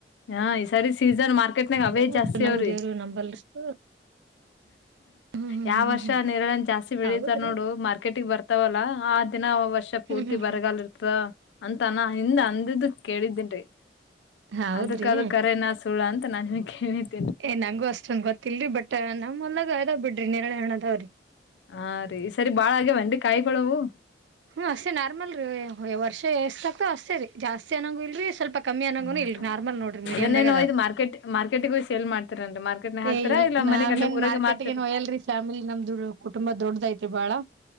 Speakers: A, on the left; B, on the right.
A: ಹಾ ಈ ಸರಿ ಸೀಸನ್ ಮಾರ್ಕೆಟ್ನಾಗ
B: ಹಣ್ಣ
A: ಅವೇ ಜಾಸ್ತಿ
B: ನಾವು
A: ಅವ್ರಿ
B: ದೇವ್ರು ನಂಬಲ್ಷ್ಟು ಹ್ಮ್ ಹ್ಮ್
A: ಯಾವ
B: ಹ್ಮ್
A: ವರ್ಷ
B: ಹ್ಮ್
A: ನೇರಳ ಹಣ್ಣು ಜಾಸ್ತಿ ಬೆಳಿತಾರ
B: ಹೌದ್ರಿ
A: ನೋಡು ಮಾರ್ಕೆಟಗ್ ಬರ್ತಾವಲ್ಲಾ ಆ ದಿನ ವರ್ಷ ಪೂರ್ತಿ
B: ಹ್ಮ್ ಹ್ಮ್ ಹ್ಮ್
A: ಬರಗಾಲ ಇರ್ತ ಅಂತಾನ ಹಿಂದ್ ಅಂದಿದ್ದ ಕೇಳಿದ್ದೇನ ರಿ
B: ಹೌದ್ರಿ
A: ಅದಕ್ಕದು ಕರೆನಾ ಸುಳ ಅಂತ ನನಗೇನು
B: ಏ ನಂಗು ಅಷ್ಟೊಂದು ಗೊತ್ತಿಲ್ರಿ ಬಟ್ ನಮ್ಮ್ ಹೋಲ್ಡಾಗ್ ಅದಾವ್ ಬಿಡ್ರಿ ನೆರಳೆ ಹಣ್ಣದಾವ್ರಿ
A: ಹಾ ರೀ ಸರಿ ಬಾಳ ಆಗ್ಯವ ಏನ್ರಿ ಕಾಯಿಗಳವು
B: ಹ್ಮ್ ಅಷ್ಟೇ ನಾರ್ಮಲ್ ರರಿ ವರ್ಷ ಎಷ್ಟಾಗ್ತೋ ಅಷ್ಟೇ ರೀ ಜಾಸ್ತಿ ಅನಾಗು ಇಲ್ರಿ ಸ್ವಲ್ಪ ಕಮ್ಮಿ ಅನ್ನಂಗುನು
A: ಹ್ಮ್
B: ಇಲ್ರಿ ನಾರ್ಮಲ್ ನೋಡ್ರಿ ಮೀಡಿಯಂ
A: ಅದನ್ನೇನು
B: ದಾಗ್ ಅದಾವ
A: ಒಯ್ದ್ ಮಾರ್ಕೆಟ್ ಮಾರ್ಕೆಟಿಗೆ ಹೋಗಿ ಸೇಲ್ ಮಾಡ್ತೀರನ್ರಿ ಮಾರ್ಕೆಟ್ನಾಗ ಹಾಕ್ತಾರಾ
B: ಏ ಇಲ್
A: ಇಲ್ಲ
B: ನಾ
A: ಮನಿಗ್ ಅಲ್ಲೇ
B: ಏನ್
A: ಊರಾಗೆ
B: ಮಾರ್ಕೆಟ್
A: ಮಾರ್ತೀರಿ
B: ಗೆನ್ ವಯಲಾರಿ ಫ್ಯಾಮಿಲಿ ನಮ್ದದು ಕುಟುಂಬ ದೊಡ್ಡದ ಐತಿ ಬಳಾ